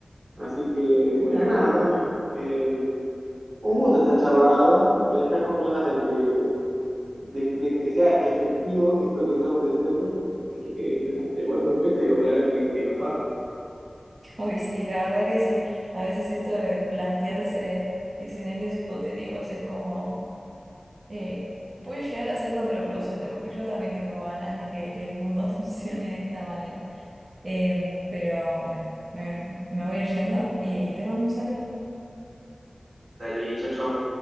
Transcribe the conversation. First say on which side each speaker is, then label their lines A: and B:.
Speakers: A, on the right (about 75°); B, on the right (about 60°).
A: Así que, bueno, nada, Cami. eh, un gusto esta charla, la verdad. Me dejas con ganas de que, de, de que sea efectivo esto que estamos deseando. Así que, <laughs> nada, te mando un beso y ojalá que, que nos pase.
B: Uy, sí, la verdad que sí. A veces esto de plantearse escenarios hipotéticos es como, eh, puede llegar a ser contraproducente, porque yo también tengo ganas de que el mundo <laughs> funcione de esta manera. Em, pero bueno, me, me voy a ir yendo y te mando un saludo.
A: Dale, chao, chao.